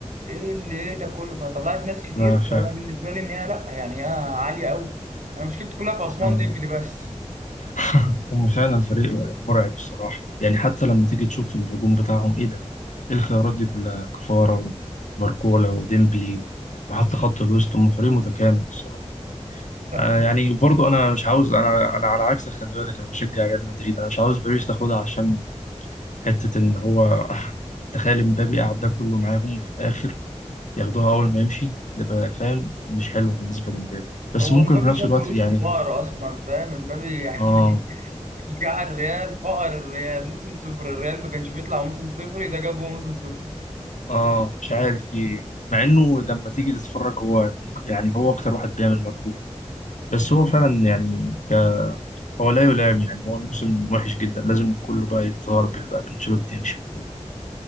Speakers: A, on the right (about 85°); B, on the left (about 85°).
A: ايه اللي ايه ده كله فطلعت ناس كتير
B: لا فعلا
A: انا بالنسبه لي ان هي لا يعني هي عاليه قوي انا مشكلتي كلها في عثمان
B: اه
A: ديمبلي بس
B: <laughs> هم فعلا فريق مرعب الصراحه يعني حتى لما تيجي تشوف الهجوم بتاعهم ايه ده ايه الخيارات دي كلها كفاره وباركولا وديمبلي وحتى خط الوسط هم فريق متكامل الصراحه
A: لا
B: آه يعني برضو انا مش عاوز انا انا على عكسك خلي بالك انا بشجع ريال مدريد انا مش عاوز باريس تاخدها عشان حتة إن هو <laughs> تخيل إمبابي قعد ده كله معاهم في الآخر ياخدوها أول ما يمشي ده بقى فاهم مش حلو بالنسبة لإمبابي بس
A: هو
B: ممكن
A: مبابي
B: في نفس
A: شكله
B: الوقت
A: وشه
B: يعني
A: فقر اصلا فاهم مبابي يعني
B: آه
A: <laughs> جاع الريال فقر الريال موسم صفر الريال ما كانش بيطلع موسم صفر ده جابه موسم صفر
B: آه مش عارف في إيه مع إنه لما تيجي تتفرج هو ممكن- يعني هو أكتر واحد بيعمل مجهود بس هو فعلا يعني ك- هو لا يلام يعني هو الموسم وحش جدا لازم كله بقى يتغربل بقى بانشيلوتي يمشي والناس دي.